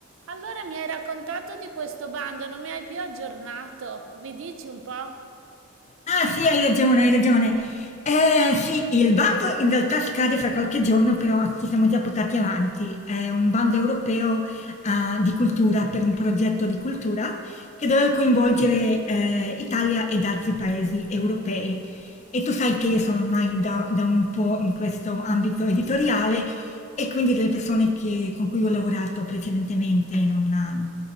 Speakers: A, on the right; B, on the left.
A: Allora mi hai raccontato di questo bando, non mi hai più aggiornato. Mi dici un po'?
B: Ah sì, hai ragione, hai ragione. Eh sì, il bando in realtà scade fra qualche giorno, però ci siamo già portati avanti. È un bando europeo, ah, di cultura, per un progetto di cultura che deve coinvolgere, eh, Italia ed altri paesi europei. E tu sai che io sono ormai da, da un po' in questo ambito editoriale e quindi delle persone che- con cui ho lavorato precedentemente in una-